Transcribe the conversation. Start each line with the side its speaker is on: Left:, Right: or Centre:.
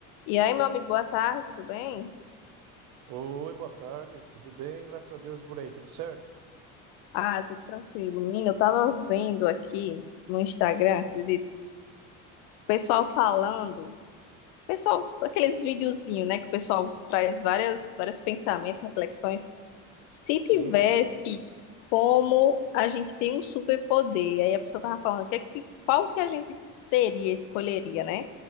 Left: E aí, meu amigo, boa tarde, tudo bem?
Right: Oi, boa tarde. Tudo bem? Graças a Deus e por aí, tudo certo?
Left: Ah, tudo tranquilo. Menina, eu tava vendo aqui no Instagram, acredito, o pessoal falando, pessoal, aqueles videozinhos, né, que o pessoal traz várias, vários pensamentos, reflexões. Se tivesse
Right: Sim,
Left: como a gente tem um superpoder, aí a pessoa tava falando, que, é que- qual que a gente teria, escolheria, né?